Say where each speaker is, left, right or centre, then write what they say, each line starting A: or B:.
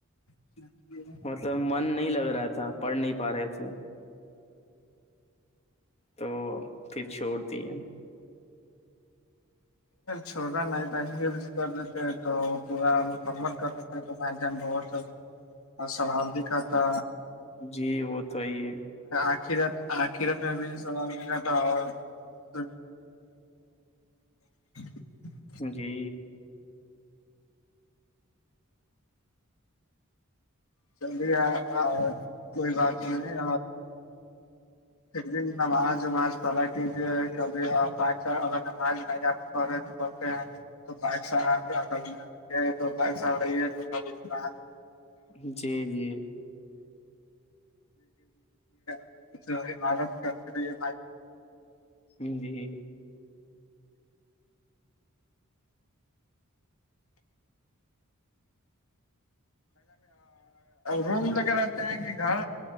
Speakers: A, on the left; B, on the left.
A: <unintelligible>
B: مطلب من نہیں لگ رہا تھا پڑھ نہیں پا رہے تھے تو پھر چھوڑ دی ہیں
A: چھوٹا نہیں کر دیتے تو پورا کر دی تو بھائی جان بہت سحال بھی کرتا
B: جی وہ توی ہے
A: آخرات آخر رت میں بھی سوال مل رہا تھا اور د <unintelligible>
B: جی
A: چلیے کوئی بات نہیں پھر دن نماز وماز پڑلا کیجیے کبھی پاک سال اگر نماز ل جائے پڑتے ہیں تو پاکستال آپ اصل میں آ تو پاک سال رہی ہے تو کبران
B: جی جی
A: <inaudible> عمارت کرتے رہیے
B: جی
A: روم رہتے ہیں کہ گھر